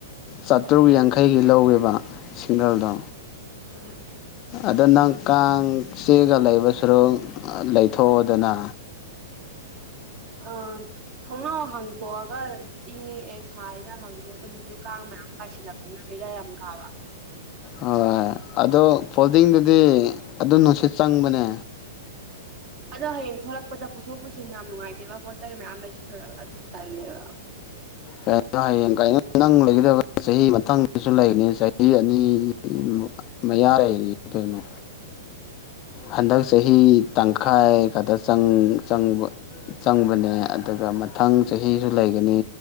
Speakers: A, on the left; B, on the right.
A: ꯆꯥꯇ꯭ꯔꯨꯛ ꯌꯥꯡꯈꯩꯒꯤ ꯂꯧꯋꯦꯕ ꯁꯤꯡꯒꯜꯗꯣ
B: ꯎꯝ
A: ꯑꯗꯨ ꯅꯪ ꯀꯥꯡ ꯆꯤꯛꯑꯒ ꯂꯩꯕ ꯁꯔꯨꯛ ꯂꯩꯊꯣꯛꯑꯣꯗꯅ
B: ꯑ ꯊꯣꯛꯅꯥꯎ ꯍꯥꯡꯇꯣꯛꯑꯒ ꯏꯪꯉꯦ ꯑꯦ ꯁꯥꯏꯔ ꯍꯪꯗꯣꯛꯑ ꯇꯨꯝꯕꯁꯨ ꯀꯥꯡ ꯃꯌꯥꯝ ꯄꯥꯏꯁꯤꯜꯂꯛꯄꯅꯤꯅ ꯕꯤꯔꯥ ꯌꯥꯝ ꯀꯥꯕ
A: ꯍꯣꯏ ꯑꯗꯣ ꯐꯣꯜꯗꯤꯡꯗꯨꯗꯤ ꯑꯗꯨꯝ ꯅꯨꯡꯁꯤꯠ ꯆꯪꯕꯅꯦ
B: ꯑꯗꯣ ꯍꯌꯦꯡ ꯊꯣꯛꯂꯛꯄꯗ ꯄꯨꯊꯣꯛ ꯄꯨꯁꯤꯟ ꯌꯥꯝ ꯅꯨꯡꯉꯥꯏꯇꯦꯕ ꯄꯣꯠ ꯆꯩ ꯃꯌꯥꯝ ꯂꯩꯁꯤꯜꯂꯨꯔꯒ ꯑꯗꯨꯒꯤ ꯇꯜꯂꯦꯕ
A: ꯀꯩꯅꯣ ꯍꯌꯦꯡ ꯀꯥꯏꯅꯣ ꯅꯪ ꯂꯩꯒꯗꯕ ꯆꯍꯤ ꯃꯊꯪꯗꯁꯨ ꯂꯩꯒꯅꯤ ꯆꯍꯤ ꯑꯅꯤꯃꯨꯛ ꯃꯌꯥ ꯂꯩꯔꯤ ꯀꯩꯅꯣ ꯍꯟꯗꯛ ꯆꯍꯤ ꯇꯪꯈꯥꯏ ꯈꯛꯇꯪ ꯆꯪꯆꯪꯕ ꯆꯪꯕꯅꯦ ꯑꯗꯨꯒ ꯃꯊꯪ ꯆꯍꯤꯁꯨ ꯂꯩꯒꯅꯤ